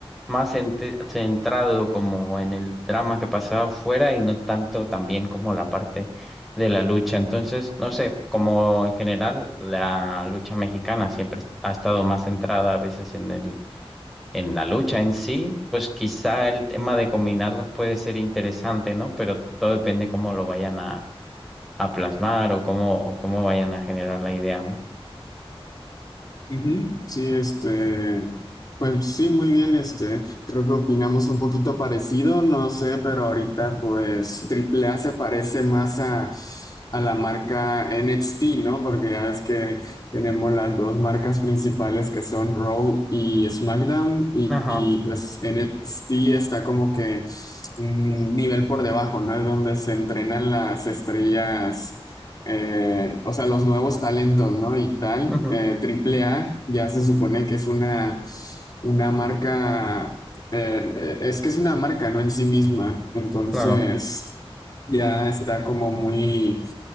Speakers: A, in the centre; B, on the left.
A: más ente- centrado como en el drama que pasaba afuera y no tanto también como la parte de la lucha. Entonces, no sé, como en general la lucha mexicana siempre est- ha estado más centrada a veces en el, en la lucha en sí, pues quizá el tema de combinarlos puede ser interesante, ¿no? Pero todo depende cómo lo vayan a, a plasmar o cómo, o cómo vayan a generar la idea, ¿no?
B: Ujú, Sí, este, pues sí, muy bien, este, creo que opinamos un poquito parecido, no sé, pero ahorita pues Triple A se parece más a, a la marca NXT, ¿no? Porque ya ves que tenemos las dos marcas principales que son Raw y SmackDown y,
A: Ajá,
B: y, pues NXT está como que un nivel por debajo, ¿no? Es donde se entrenan las estrellas eh, o sea, los nuevos talentos, ¿no? Y tal.
A: ujú,
B: Eh, Triple A ya se supone que es una, una marca, eh, eh, es que es una marca, ¿no? En sí misma. Entonces,
A: claro,
B: ya está como muy